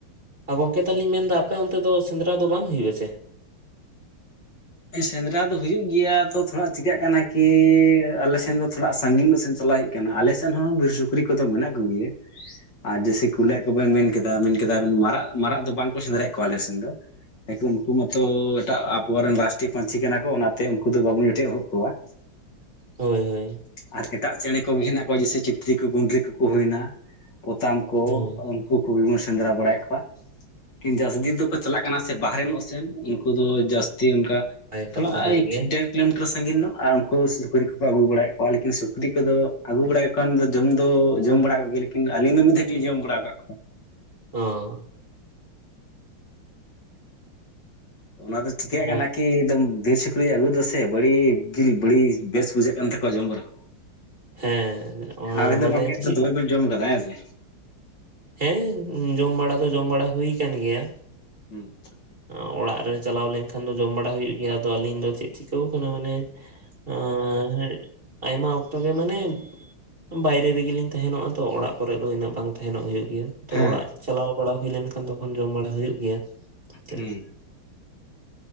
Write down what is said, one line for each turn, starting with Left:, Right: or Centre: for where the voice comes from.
Right: ᱟ ᱜᱚᱝᱠᱮ ᱛᱟᱦᱚᱞᱮᱧ ᱢᱮᱱᱫᱟ ᱟᱯᱮ ᱚᱱᱛᱮ ᱫᱚ ᱥᱮᱸᱫᱽᱨᱟ ᱫᱚ ᱵᱟᱝ ᱦᱩᱭᱩᱜ ᱟᱥᱮ?
Left: ᱥᱮᱸᱫᱽᱨᱟ ᱫᱚ ᱦᱩᱭᱩᱜ ᱜᱮᱭᱟ ᱛᱚ ᱛᱷᱚᱲᱟ ᱪᱤᱠᱟᱹᱜ ᱠᱟᱱᱟ ᱠᱤ ᱟᱞᱮ ᱥᱮᱱ ᱫᱚ ᱛᱷᱚᱲᱟ ᱥᱟᱺᱜᱤᱧ ᱧᱚᱜ ᱥᱮᱱ ᱪᱟᱞᱟᱜ ᱦᱩᱭᱩᱜ ᱠᱟᱱᱟ ᱟᱞᱮᱥᱮᱱ ᱦᱚᱸ ᱵᱤᱨ ᱥᱩᱠᱨᱤ ᱠᱚᱫᱚ ᱢᱮᱱᱟᱜ ᱠᱚᱜᱮᱭᱟ,
Right: <inaudible>
Left: ᱟᱨ ᱡᱮᱭᱥᱮ ᱠᱩᱞᱟᱹᱭ ᱠᱚᱵᱮᱱ ᱢᱮᱱ ᱠᱮᱫᱟ ᱢᱮᱱ ᱠᱮᱫᱟ ᱵᱤᱱ ᱢᱟᱨᱟᱜ ᱢᱟᱨᱟᱜ ᱫᱚ ᱵᱟᱝᱠᱚ ᱥᱮᱸᱫᱽᱟᱲᱮᱫ ᱠᱚᱣᱟ ᱟᱞᱮ ᱥᱮᱱ ᱫᱚ, ᱠᱟᱦᱮᱠᱤ ᱩᱱᱠᱩ ᱢᱟᱛᱚ ᱮᱴᱟᱜ ᱟᱵᱚᱨᱮᱱ ᱨᱟᱥ ᱴᱤ ᱯᱟᱹᱧᱪᱷᱤ ᱠᱟᱱᱟ ᱠᱚ ᱚᱱᱟᱛᱮ ᱩᱱᱠᱩ ᱫᱚ ᱵᱟᱵᱚᱱ ᱡᱚᱴᱮᱫ ᱦᱚᱫ ᱠᱚᱣᱟ ᱾
Right: ᱦᱳᱭ ᱦᱳᱭ ᱾
Left: ᱟᱨ ᱮᱴᱟᱜ ᱪᱮᱬᱮ ᱠᱚ ᱦᱮᱱᱟᱜ ᱠᱚᱣᱟ ᱡᱮᱭᱥᱮ ᱪᱤᱛᱨᱤ ᱠᱚ ᱜᱩᱸᱰᱨᱤ ᱠᱚᱠᱚ ᱦᱩᱭᱱᱟ ᱯᱚᱛᱟᱢ ᱠᱚ
Right: ᱦᱮᱸ
Left: ᱩᱱᱠᱩ ᱠᱚᱜᱮ ᱵᱚᱱ ᱥᱮᱸᱫᱽᱨᱟ ᱵᱟᱲᱟᱭᱮᱫ ᱠᱚᱣᱟ, ᱛᱤᱱ ᱡᱟᱹᱥᱛᱤ ᱫᱚᱠᱚ ᱪᱟᱞᱟᱜ ᱠᱟᱱᱟ ᱥᱮ ᱵᱟᱨᱦᱨᱮ ᱧᱚᱜ ᱥᱮᱱ ᱩᱱᱠᱩ ᱫᱚ ᱡᱟᱹᱥᱛᱤ ᱚᱱᱠᱟ
Right: ᱱᱟᱯᱟᱭ
Left: ᱛᱷᱚᱲᱟ
Right: ᱠᱟᱛᱷᱟ ᱠᱟᱱ
Left: ᱟᱭᱤᱠ
Right: ᱜᱮᱭᱟ
Left: ᱰᱮᱲ, ᱠᱤᱞᱳᱢᱤᱴᱟᱨ ᱥᱟᱺᱜᱤᱧ ᱱᱚᱜ ᱟᱨ ᱩᱱᱠᱩ ᱥᱩᱠᱨᱤ ᱠᱚᱠᱚ ᱟᱹᱜᱩ ᱵᱟᱲᱟᱭᱮᱜ ᱠᱚᱣᱟ, ᱞᱮᱠᱤᱱ ᱥᱩᱠᱨᱤ ᱠᱚᱫᱚ ᱟᱹᱜᱩ ᱵᱟᱲᱟᱭ ᱠᱟᱱ ᱫᱚ ᱡᱚᱢ ᱫᱚ ᱡᱚᱢ ᱵᱟᱲᱟ ᱠᱚᱜᱮ ᱞᱮᱠᱤᱱ ᱟᱹᱞᱤᱧ ᱫᱚ ᱢᱤᱫ ᱫᱷᱟᱠ ᱜᱮ ᱞᱤᱧ ᱡᱚᱢ ᱵᱟᱲᱟ ᱟᱠᱟᱫ ᱠᱚᱣᱟ᱾
Right: ᱦᱚᱸ,
Left: ᱚᱱᱟ ᱫᱚ ᱪᱤᱠᱟᱹᱜ
Right: ᱚ
Left: ᱠᱟᱱᱟ ᱠᱤ ᱮᱫᱚᱢ ᱵᱤᱥᱩᱠ ᱠᱩᱨᱤ ᱟᱹᱜᱩ ᱫᱚ ᱥᱮ ᱵᱟᱹᱲᱤ ᱫᱤᱞ ᱵᱟᱹᱲᱤᱥ ᱵᱮᱥ ᱵᱩᱡᱷᱟᱹᱜ ᱠᱟᱱ ᱛᱟᱠᱚᱣᱟ ᱡᱚᱢ ᱨᱮᱦᱚᱸ᱾
Right: ᱦᱮᱸ ᱚᱱᱟ
Left: ᱟᱵᱤᱱ ᱫᱚ
Right: ᱢᱟᱱᱮ
Left: ᱜᱚᱝᱠᱮ ᱮᱛᱚ
Right: ᱪᱮᱫ
Left: ᱫᱚᱢᱮ ᱵᱤᱱ ᱡᱚᱢ ᱟᱠᱟᱫᱟ ᱦᱮᱸ ᱥᱮ,
Right: ᱦᱮᱸ ᱩᱸ ᱡᱚᱢ ᱵᱟᱲᱟ ᱫᱚ ᱡᱚᱢ ᱵᱟᱲᱟ ᱦᱩᱭ ᱠᱟᱱ ᱜᱮᱭᱟ᱾
Left: ᱦᱩᱸ,
Right: ᱟᱸ ᱚᱲᱟᱜ ᱨᱮ ᱪᱟᱞᱟᱣ ᱞᱮᱱᱠᱷᱟᱱ ᱫᱚ ᱡᱚᱢ ᱵᱟᱲᱟ ᱦᱩᱭᱩᱜ ᱜᱮᱭᱟ, ᱟᱫᱚ ᱟᱹᱞᱤᱧ ᱫᱚ ᱪᱮᱫ ᱪᱤᱠᱟᱹᱣ ᱠᱟᱱᱟ ᱢᱟᱱᱮ ᱟᱸ ᱦᱮᱸᱜ ᱟᱭᱢᱟ ᱚᱠᱛᱚ ᱜᱮ ᱢᱟᱱᱮᱢ ᱵᱟᱭᱨᱮ ᱨᱮᱜᱮ ᱞᱤᱧ ᱛᱟᱦᱮᱸ ᱱᱚᱜᱼᱟ ᱛᱚ ᱚᱲᱟᱜ ᱠᱚᱨᱮᱜ ᱫᱚ ᱤᱱᱟᱹᱜ ᱵᱟᱝ ᱛᱟᱦᱮᱸᱱᱚᱜ ᱦᱩᱭᱩᱜ ᱜᱮᱭᱟ᱾ ᱛᱚ
Left: ᱦᱮᱸ
Right: ᱚᱲᱟᱜ ᱪᱟᱞᱟᱣ ᱵᱟᱲᱟ ᱦᱩᱭ ᱞᱮᱱᱠᱷᱟᱱ ᱛᱚᱠᱷᱚᱱ ᱡᱚᱢ ᱵᱟᱲᱟ ᱦᱩᱭᱩᱜ ᱜᱮᱭᱟ᱾ ᱪᱮᱫ
Left: ᱦᱩᱸ,